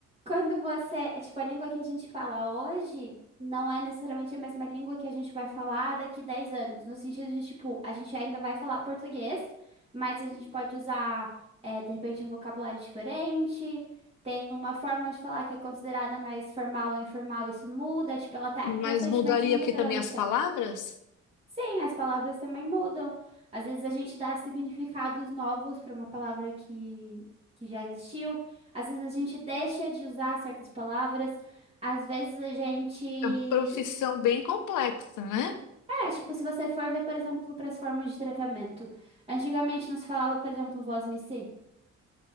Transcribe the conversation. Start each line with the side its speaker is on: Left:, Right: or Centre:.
Right: Quando você, é, tipo, a língua que a gente fala hoje não é necessariamente a mesma língua que a gente vai falar daqui 10 anos, no sentido de, tipo, a gente ainda vai falar português, mas a gente pode usar, é, de repente, um vocabulário diferente, tem uma forma de falar que é considerada mais formal ou informal, isso muda, tipo, ela tá
Left: Mas
Right: constantemente
Left: mudaria
Right: em mudança.
Left: aqui também as palavras?
Right: Sim, as palavras também mudam. Às vezes a gente dá significados novos para uma palavra que, que já existiu. Às vezes a gente deixa de usar certas palavras. Às vezes a gente.
Left: É uma profissão bem complexa, né?
Right: É, tipo, se você for ver, por exemplo, para as formas de tratamento. Antigamente não se falava, por exemplo, vós me si.